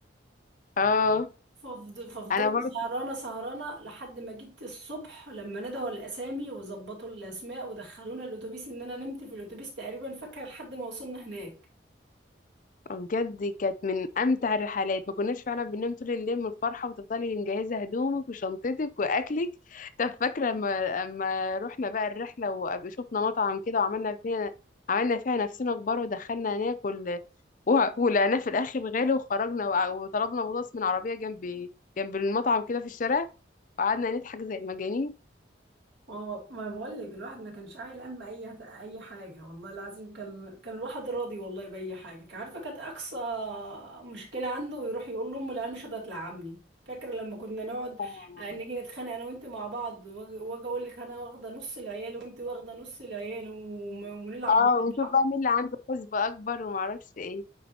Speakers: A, on the left; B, on the right.
A: اه
B: ففض- ففضلت
A: انا برضه
B: سهرانه سهرانه لحد ما جيت الصبح لما ندهوا الاسامي وظبطوا الاسماء ودخلونا الاتوبيس ان انا نمت في الاتوبيس تقريبا فاكره لحد ما وصلنا هناك
A: بجد كانت من امتع الرحلات ما كناش فعلا بننام طول الليل من الفرحه وتفضلي مجهزه هدومك وشنطتك واكلك طب فاكره لما لما رحنا بقى الرحله وشفنا مطعم كده وعملنا فيها عملنا فيها نفسنا كبار ودخلنا ناكل و- ولقيناه في الاخر غالي وخرجنا وع- وطلبنا بطاطس من عربيه جنب جنب المطعم كده في الشارع وقعدنا نضحك زي المجانين
B: ما هو ما بقول لك الواحد ما كانش عايل هم اي اي حاجه والله العظيم كان كان الواحد راضي والله باي حاجه كان عارفه كانت اقصى مشكله عنده يروح يقول لامه العيال مش راضيه تلعبني فاكره لما كنا نقعد
A: اه
B: آه، نيجي نتخانق انا وانت مع بعض واجي وأجي اقول لك انا واخده نص العيال وانت واخده نص العيال وم- ونلعب
A: آه،
B: ضد
A: ونشوف
B: بعض
A: بقى مين اللي عنده حسبة اكبر ومعرفش ايه